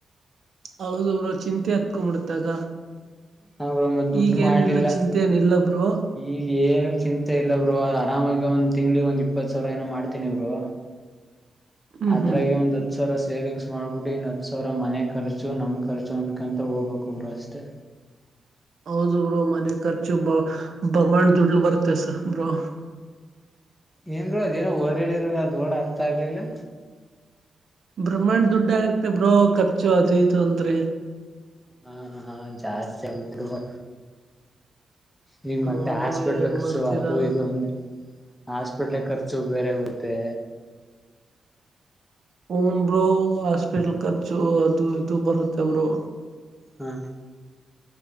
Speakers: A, on the right; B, in the centre.
A: ಹೌದು ಬ್ರೋ ಚಿಂತೆ ಹತ್ಕೊಂಬಿಡತಾಗ.
B: ಹ ಬ್ರೋ ಮತ್ ದುಡ್ಡು
A: ಈಗೇನ
B: ಮಾಡ್ಲಿಲ್ಲ.
A: ಇಲ್ಲ ಚಿಂತೆ ಏನ ಇಲ್ಲ ಬ್ರೋ.
B: ಈಗ ಏನು ಚಿಂತೆ ಇಲ್ಲಾ ಬ್ರೋ ಅ ಆರಾಮಾಗಿ ಒಂದ ತಿಂಗ್ಳಿಗೆ ಒಂದ್ ಇಪ್ಪತ್ತು ಸಾವಿರ ಏನೋ ಮಾಡ್ತೇನಿ ಬ್ರೋ.
A: ಹ್ಮ್
B: ಅದ್ರಾಗೆ
A: ಹ್ಮ್
B: ಒಂದ ಹುಚ್ಚ. ಹತ್ತಸಾವಿರ ಸೇವಿಂಗ್ಸ್ ಮಾಡ್ಬಿಟ್ಟು ಇನ್ನು ಹತ್ತು ಸಾವರ ಮನೆ ಖರ್ಚು ನಮ್ಮ ಖರ್ಚು ಅ್ಕಂತ ಹೋಗಬೇಕು ಬ್ರೋ ಅಷ್ಟೇ.
A: ಹೌದು ಬ್ರೋ ಮನೆ ಖರ್ಚು ಬ ಬಮಂಡ್ ದುಡ್ಲು ಬರ್ತೆ ಸ ಬ್ರೋ.
B: ಏನ ಬ್ರೋ ಅದೇನೋ ವರ್ಡ್ ಹೇಳಿದ್ರಲ್ಲ ಅದು ವರ್ಡ್ ಅರ್ಥಾ ಆಗ್ಲಿಲ್ಲಾ.
A: ಬ್ರಹ್ಮಾಂಡ್ ದುಡ್ಡ್ ಆಗತ್ತೆ ಬ್ರೋ ಖರ್ಚು ಅದು ಇದು ಅಂದ್ರೆ.
B: ಹಾ ಹಾ ಜಾಸ್ತಿ ಆಗುತ್ತೆ ಬ್ರೋ. ನಿ ಮತ್ತೆ
A: ಹನ್
B: ಹಾಸ್ಪಿಟಲ್ಲ
A: ಬ್ರೋ ಏನ್
B: ಖರ್ಚು
A: ಮಾಡ್ತೀರಾ
B: ಅದು ಇದು ಅಂದ್ರೆ. ಹಾಸ್ಪಿಟಲ್ ಖರ್ಚು ಬೇರೆಗುತ್ತೆ.
A: ಹುನ್ ಬ್ರೋ ಹಾಸ್ಪಿಟ್ಲ್ ಖರ್ಚು ಅದು ಇದು ಬರುತ್ತೆ ಬ್ರೋ
B: ಹಾ